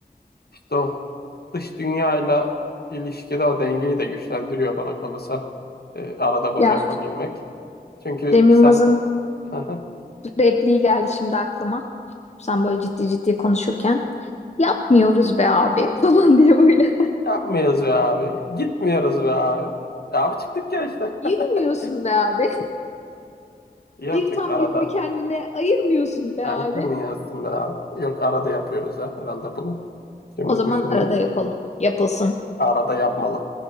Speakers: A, on the left; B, on the left.
A: işte o dış dünyayla ilişkide o dengeyi de güçlendiriyor bana kalırsa. Ee, arada bunu
B: Ya
A: yapabilmek. Çünkü
B: Cem
A: sen
B: Yılmaz'ın
A: <laughs>
B: repliği geldi şimdi aklıma. Sen böyle ciddi ciddi konuşurken yapmıyoruz be abi <laughs> falan diye böyle.
A: yapmıyoruz be abi. Gitmiyoruz be abi. E abi çıktık ya işte.
B: <laughs> Yürümüyorsun
A: <laughs>
B: be abi.
A: Yok
B: Bir tam
A: yok arada
B: gününü kendine ayırmıyorsun be
A: aynı
B: abi.
A: ayrılmıyor be abi. Yok arada yapıyoruz ya herhalde bunu. Şimdi
B: O zaman
A: düşündüm.
B: arada yapalım. Yapılsın.
A: Arada yapmalı.